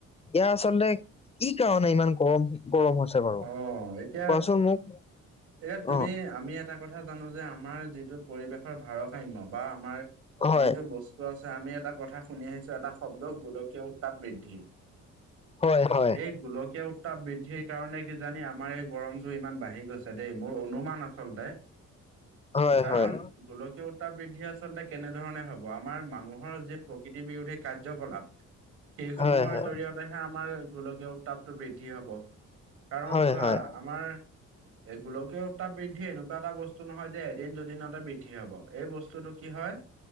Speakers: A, on the left; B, on the right.
A: ইয়াৰ আচলতে কি কাৰণে ইমান গৰম। গৰম হৈছে বাৰু
B: অ এতিয়া
A: কোৱাচোন মোক
B: এতিয়া তুমি।
A: অ
B: আমি এটা কথা জানো যে আমাৰ যিটো পৰিৱেশৰ ভাৰসাম্য বা আমাৰ
A: হয়
B: যিটো বস্তু আছে আমি এটা কথা শুনি আহিছো এটা শব্দ গোলকীয় উত্তাপ বৃদ্ধি।
A: হয় হয়
B: এই গোলকীয়া উ বৃদ্ধিৰ কাৰণে কি জানি আমাৰ এই গৰমতটো ইমান বাঢ়ি গৈছে দেই মোৰ অনুমান আচলতে
A: হয়
B: কাৰণ
A: হয়
B: গোলকীয় উত্তাপ বৃদ্ধি আচলতে কেনেধৰণে হ'ব। আমাৰ মানুহৰ যি প্ৰকৃতিৰ বিৰোধে। কাৰ্যকলাপ সেইসমূহৰ
A: হয় হয়
B: জৰিয়তে। হে আমাৰ গোলকীয় উত্তাপটো বৃদ্ধি হ'ব কাৰণ
A: হয়
B: চোৱা
A: হয়
B: আমাৰ এই গোলকীয় উত্তাপ বৃদ্ধি এনেকুৱা এটা বস্তু নহয় যে এদিন - দুদিনতে বৃদ্ধি হ'ব। এই বস্তুতো কি হয়,